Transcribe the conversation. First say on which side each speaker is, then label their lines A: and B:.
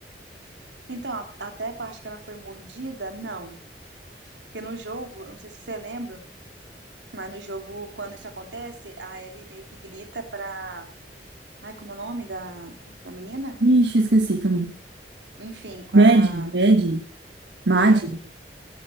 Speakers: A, on the right; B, on the right.
A: Então, a- até a parte que ela foi mordida, não. Porque no jogo, eu não sei se você lembra, mas no jogo, quando isso acontece, a Ellie meio que grita pra. Ai, como é o nome da, da menina?
B: Ixi, esqueci também.
A: Enfim, com
B: Mad,
A: a
B: Mad, Mad.
A: Meg.